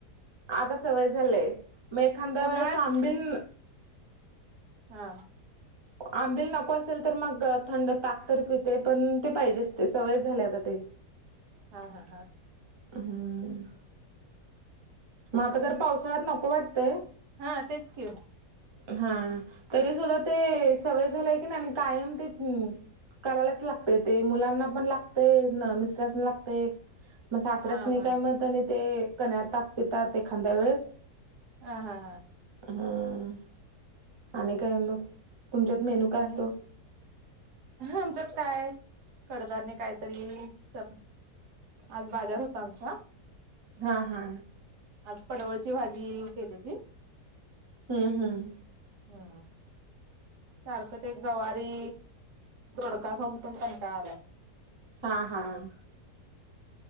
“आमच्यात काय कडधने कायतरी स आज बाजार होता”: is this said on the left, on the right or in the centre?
Right